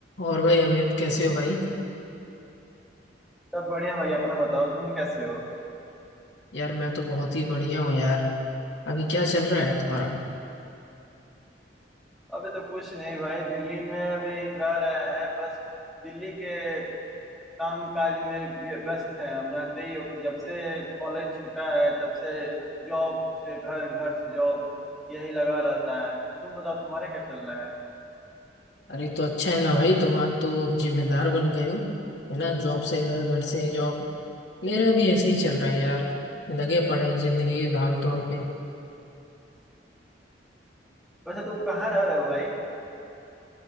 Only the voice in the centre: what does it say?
सब बढ़िया भाई अपना बताओ तुम कैसे हो
अभी तो कुछ नहीं भाई दिल्ली में अभी रह रहे हैं बस दिल्ली के काम काज में व्य- व्यस्त हैं हम जानते ही हो कि जब से कॉलेज छूटा है तब से जॉब से घर घर से जॉब यही लगा रहता है तुम बताओ तुम्हारा क्या चल रहा है
वैसे तुम कहाँ रह रहे हो भाई